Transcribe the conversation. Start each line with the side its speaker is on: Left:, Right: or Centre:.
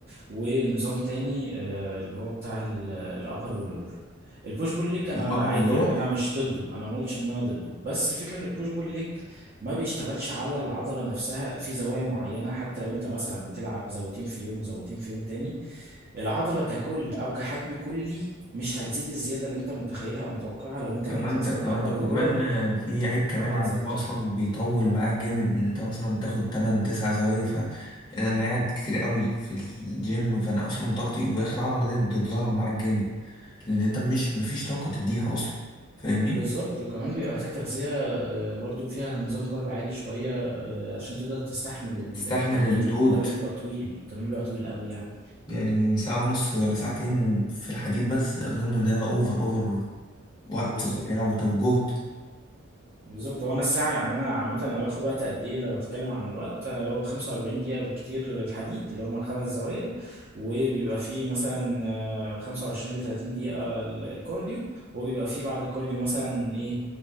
Right: ونظام تاني آه، اللي هو بتاع ال- الابر واللور البوش بول ليج انا
Left: الابر
Right: عادي
Left: واللور
Right: يعني انا مش ضده انا ما قلتش ان انا ضده بس الفكره ان البوش بول ليج ما بيشتغلش على العضله نفسها في زوايا معينه حتى لو انت مثلا بتلعب زاويتين في يوم وزاويتين في يوم تاني العضلة ككل أو كحجم كلي مش هتزيد الزيادة اللي أنت متخيلها أو متوقعها لو أنت لعبت
Left: فهمتك
Right: مثلا
Left: فهمتك
Right: أبر ولور
Left: وكمان آه، في عيب كمان
Right: أو عزلتها
Left: ان هو اصلا بيطول معاك جامد إن انت مثلا بتاخد 8 9 زوايا فانا قاعد كتير قوي في الجيم فانا اصلا طاقتي واخر عضله دي بتتظلم معاك جامد لان انت مش مفيش طاقه تديها اصلا فاهمني
Right: بالظبط وكمان بيبقى محتاج تغذية آه، برضو فيها نظام كارب عالي شوية آه، عشان تقدر تستحمل ال-
Left: تستحمل
Right: التمرين
Left: اللود
Right: لأن التمرين بيبقى طويل التمرين بيبقى طويل قوي يعني
Left: يعني ساعة ونص ولا ساعتين في الحديد بس أظن ده أوفر أوفر وقت
Right: بالظبط
Left: وبتاع وطب جهد
Right: بالظبط هو انا الساعه يعني انا عامه انا باخد وقت قد ايه لو اتكلم عن الوقت آه، هو 45 دقيقه بالكتير الحديد اللي هو من خمس زوايا وبيبقى فيه مثلا آه، 25 ل 30 دقيقه ال- الكارديو وبيبقى فيه بعد الكارديو مثلا ايه